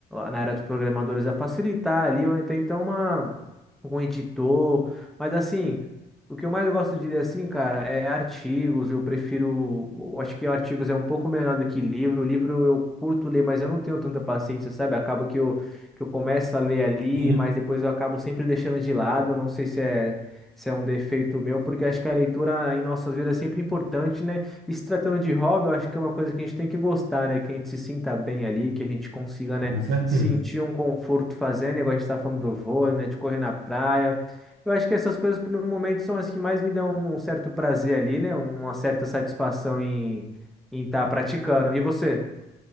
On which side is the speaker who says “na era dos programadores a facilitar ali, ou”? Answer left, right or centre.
Centre